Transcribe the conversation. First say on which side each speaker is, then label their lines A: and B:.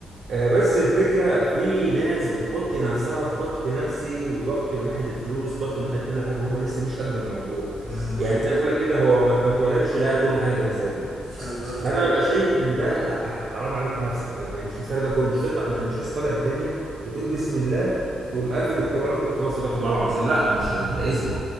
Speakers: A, on the right (about 55°); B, on the right (about 75°).
A: آه، بس الفكره في ناس بتحط نفسها في ضغط نفسي وضغط من ناحيه الفلوس وضغط من ناحيه كل حاجه هم لسه مش قد الموضوع
B: انا مجرب
A: يعني زي ما بقول لك كده هو ما ما اتولدش لقى كل حاجه جاهزه له
B: انا مجرب
A: فانا ببقى شايف ان ده لا حرام عليك نفسك انت يعني مش مستاهل ده كله مش تطلع انت مش لسه طالع الدنيا بتقول بسم الله تقوم قافل القران وتقول خلاص صدق الله العظيم لا مش انت اصبر